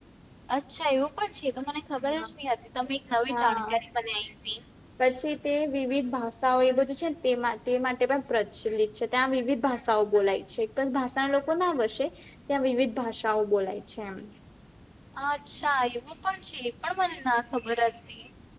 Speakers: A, on the right; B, on the left.
A: અચ્છા એવું પણ છે. તો મને ખબર
B: હા
A: જ ની હતી તમે એક નવી
B: હા
A: જાણકારી મને આઈ પી
B: પછી તે વિવિધ ભાષાઓ એ બધું છે તે તે માટે પણ પ્રચલિત છે ત્યાં વિવિધ ભાષાઓ બોલાય <unintelligible> ભાષા લોકો ના વસે, ત્યાં વિવિધ ભાષાઓ બોલાય છે એમ
A: અચ્છા એવું પણ છે એ પણ મને ના ખબર હતી